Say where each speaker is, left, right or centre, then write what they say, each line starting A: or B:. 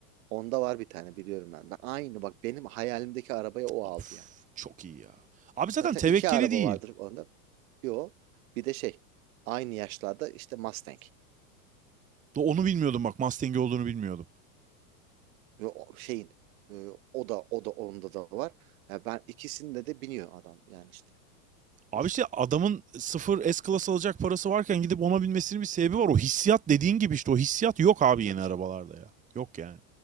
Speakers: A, on the right (about 65°); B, on the right (about 15°).
A: Onda var bir tane biliyorum ben. Ben aynı bak benim hayalimdeki arabayı o
B: Of
A: aldı yani.
B: çok iyi ya. Abi zaten
A: Zaten
B: tevekkeli
A: iki araba
B: değil.
A: vardır onda. Bir o bir de şey aynı yaşlarda işte Mustang
B: Do- Onu bilmiyordum bak Mustang'i olduğunu bilmiyordum.
A: ve o şeyin e, o da o da onda da var. Ya ben ikisinde de biniyor adam yani işte düşün.
B: Abi işte adamın sıfır S-Class alacak parası varken gidip ona binmesinin bir sebebi var. O hissiyat dediğin gibi işte o hissiyat yok abi
A: Tabii
B: yeni arabalarda
A: canım.
B: ya. Yok yani.